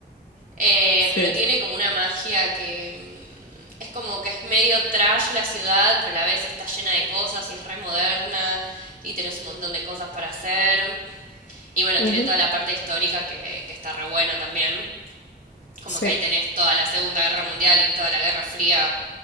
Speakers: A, on the right; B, on the left.
A: Eh,
B: Sí.
A: pero tiene como una magia que mm, es como que es medio trash la ciudad, pero a la vez está llena de cosas y es re moderna y tenés un montón de cosas para hacer. Y bueno,
B: Ujú,
A: tiene toda la parte histórica que, que está re buena también. Como
B: Sí,
A: que ahí tenés toda la Segunda Guerra Mundial y toda la Guerra Fría